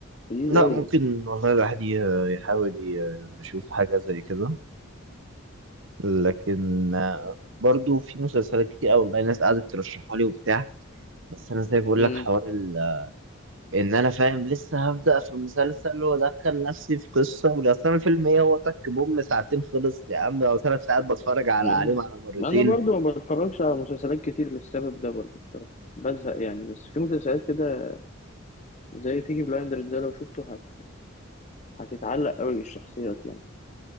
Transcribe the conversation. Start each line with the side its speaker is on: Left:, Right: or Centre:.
Left: لذيذ
Right: لا
Left: قوي
Right: ممكن
Left: يعني
Right: والله الواحد ي- يحاول ي- يشوف حاجة زي كده لكن آه، برضو في مسلسلات كتير أوي والله ناس قعدت ترشحها لي وبتاع بس أنا زي بقول
Left: امم
Right: لك حوار ال... إن أنا فاهم لسه هبدأ في مسلسل وأدخل نفسي في قصة ولأصل أنا الفيلم إيه هو تك بوم ساعتين خلص يا عم أو ثلاث ساعات بتفرج على
Left: أمم.
Right: عليهم على مرتين
Left: انا برضو ما بتفرجش على مسلسلات كتير للسبب ده برضو الصراحه بزهق يعني بس في مسلسلات كده زي بيكي بلايندرز ده لو شفته هت... هتتعلق قوي بالشخصيات يعني